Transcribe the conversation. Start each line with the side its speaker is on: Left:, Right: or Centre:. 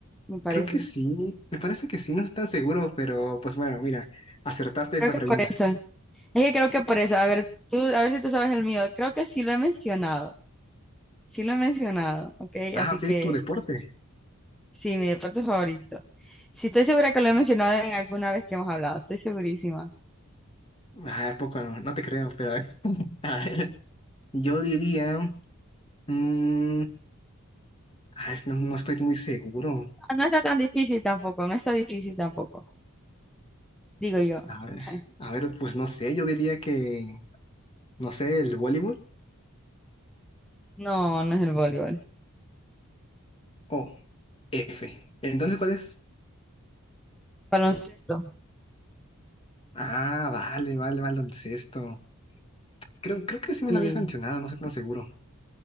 Centre: Me parece.
Left: Creo que sí, me parece que sí, no estoy tan seguro, pero pues bueno, mira, acertaste esta
Centre: Creo que
Left: pregunta.
Centre: por eso. Es que creo que por eso. A ver, tú, a ver si tú sabes el mío. Creo que sí lo he mencionado. Sí lo he mencionado, ¿ok?
Left: Ah,
Centre: Así
Left: ok,
Centre: que
Left: tu deporte.
Centre: sí, mi deporte favorito. Sí, estoy segura que lo he mencionado en alguna vez que hemos hablado. Estoy segurísima.
Left: Ah, ¿a poco, no te creo, pero <laughs> a ver, yo diría... mm, ay, no, no estoy muy seguro.
Centre: No está tan difícil tampoco, no está difícil tampoco, digo yo.
Left: A ver,
Centre: <laughs>
Left: a ver, pues no sé, yo diría que, no sé, el voleibol.
Centre: No, no es el voleibol.
Left: Oh. F. Entonces, ¿cuál es?
Centre: Baloncesto.
Left: Ah, vale, vale, vale, esto? Creo, creo que sí me
Centre: Sí.
Left: lo habías mencionado, no estoy tan seguro.